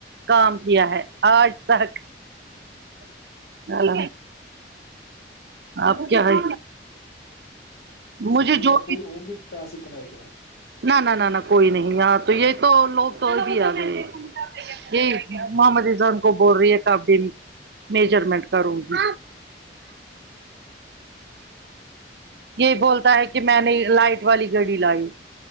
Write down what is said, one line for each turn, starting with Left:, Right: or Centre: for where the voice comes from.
Right: کام کیا ہے آج تک ال آپ کیا ہے
Left: شاید
Right: مجھے
Left: ادھر
Right: جو
Left: کوئی اور بھی ٹسک کرایا گیا ہے
Right: نہ نہ نہ نہ کوئی نہیں ہاں تو یہ تو لوگ تو بھی آ گئے یہی محمد ازان کو بول رہی ہے کپڑے میجرمنٹ کروں گی یہی بولتا ہے کہ میں نے لائٹ والی گڑی لائی